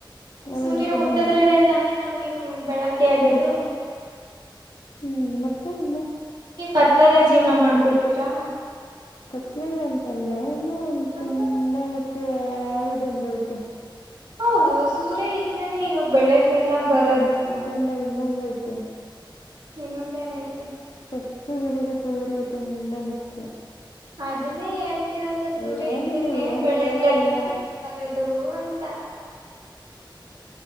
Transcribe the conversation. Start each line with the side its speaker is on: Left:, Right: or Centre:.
Left: ಅದೊಂದೇನಾ
Right: ಸೂರ್ಯಾ ಹುಟ್ಟದ್ರೆನೆ ತಾನೇ ನಮಗೆ ಬೆಳಗ್ಗೆ ಆಗದು.
Left: ಹ್ಮ್ ಮತ್ತೇನಿಲ್.
Right: ನೀವ್ ಕತ್ಲಲ್ಲೇ ಜೀವ್ನಾ ಮಾಡ್ಬಿಡ್ತೀರಾ.
Left: ಕತ್ಲಲ್ಲ ಅಂತಲ್ಲಾ ಇನ್ನ ಒಂದ್
Right: ಮತ್ತೆ
Left: ತುಂಬಾ ಮುಖ್ಯ. ಖ್ಯ ವಾದದೊಂದೈತೇ.
Right: ಹೌದು ಸೂರ್ಯ ಇದ್ರೇನೆ ಈಗ ಬೆಳೆಗ್ಳೇಲ್ಲಾ ಬರ.
Left: ಅದಲ್ಲಾ ಇನ್ನೊಂದ್ ಐತೆ.
Right: ಇನ್ನೊಂದ ಎನೈತೆ.
Left: ಸಸ್ಯಗಳಿಗೆ ಸೂರ್ಯ ತುಂಬಾ ಮುಖ್ಯ.
Right: ಅದನ್ನೇ ಹೇಳ್ತಿರೋದು ಸೂರ್ಯ
Left: ಏನು
Right: ಇದ್ರೇನೆ
Left: ನೀವ್ ಏನು
Right: ಬೆಳೆಗಳೆಲ್ಲಾ
Left: ಹೇಳೇ ಇಲ್ಲ
Right: ಚೆನ್ನಾಗ್ ಬರದು. ದು ಅಂತಾ.